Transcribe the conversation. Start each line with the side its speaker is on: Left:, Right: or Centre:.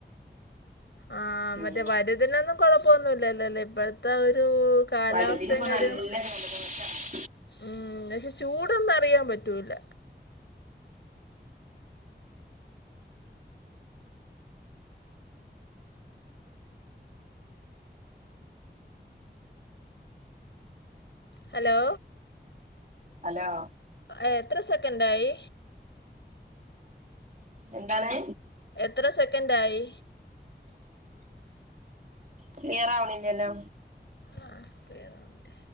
Left: ആഹ് അ
Right: ഉം
Left: മറ്റേ വലുതിനൊന്നും കൊഴപ്പൊന്നുല്ലല്ലോല്ലേ ഇപ്പഴ്ത്തെ ഒരു കാലാവസ്ഥയും
Right: വലുതിന് ഇപ്പോ
Left: കാര്യങ്ങളും
Right: നല്ല ജലദോഷ
Left: ഉം പക്ഷെ ചൂടൊന്നും അറിയാൻ പറ്റൂല്ല ഹലോ
Right: ഹലോ
Left: ആഹ് എത്ര സെക്കൻഡായി.
Right: എന്താണ്?
Left: എത്ര സെക്കൻഡായി?
Right: ക്ലിയറാവണില്ലല്ലോ?
Left: ആ ആവുന്നില്ല